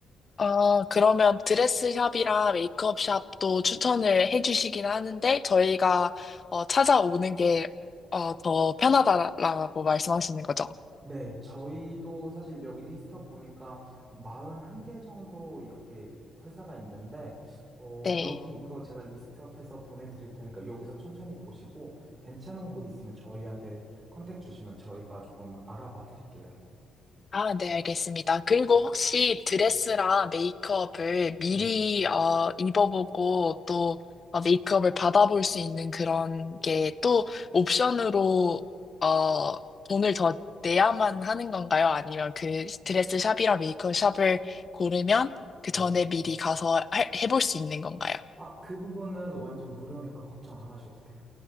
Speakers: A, on the left (about 35°); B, on the right (about 25°).
A: 아, 그러면 드레스샵이랑 메이크업샵도 추천을 해주시긴 하는데, 저희가 어, 찾아오는 게 어, 더 편하다라고 말씀하시는 거죠?
B: 네, 저희도 사실 여기 리스트업 보니까 41개 정도 이렇게 회사가 있는데, 어,
A: 네.
B: 여기 이거 제가 리스트업해서 보내드릴 테니까 여기서 천천히 보시고 괜찮은 곳 있으면 저희한테 컨택 주시면 저희가 조금 알아봐 드릴게요.
A: 아, 네, 알겠습니다. 그리고
B: 네,
A: 혹시 드레스랑
B: 네,
A: 메이크업을 미리
B: 네.
A: 어, 입어보고 또 어, 메이크업을 받아볼 수 있는 그런 게 또 옵션으로 어, 돈을 더 내야만 하는 건가요? 아니면 그 드레스 샵이랑 메이크업 샵을 고르면 그
B: 네.
A: 전에 미리 가서 할- 해볼 수 있는 건가요?
B: 아, 그 부분은 완전 무료니까 걱정 안 하셔도 돼요.